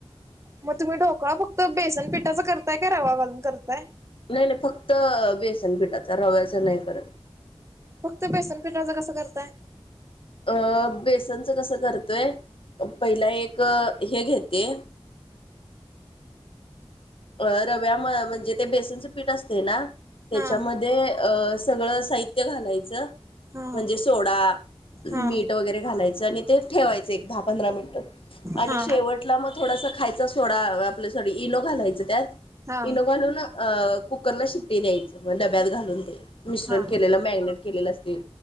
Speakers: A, on the right; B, on the left.
A: मग तुम्ही ढोकळा फक्त बेसन पीठाचा करताय का रवा घालून करताय?
B: नाही नाही फक्त अ बेसन पिठाचा रव्याचा नाही करत.
A: फक्त बेसनपीठाचं कसं करताय?
B: अ बेसनचं कसं करतोय पहिला एक हे घेते. अ रव्या म-म्हणजे ते बेसनचं पीठ असते ना त्याच्याम
A: हा
B: ध्ये अ सगळं साहित्य घालायचं
A: हा
B: म्हणजे सोडा,
A: हा
B: मीठ वगैरे घालायचं आणि ते ठेवायचं एक दहा पंधरा मिनिट आणि
A: हा
B: शेवटला मग थोडसा खायचा सोडा आपल्या सॉरी इनो घालायचं त्यात.
A: हा हा
B: इनो घालून अ कुकरला शिट्टी द्यायच म डब्यात घालून ते, मिश्रण
A: हा
B: केलेलं मॅगनेट केलेलं असतील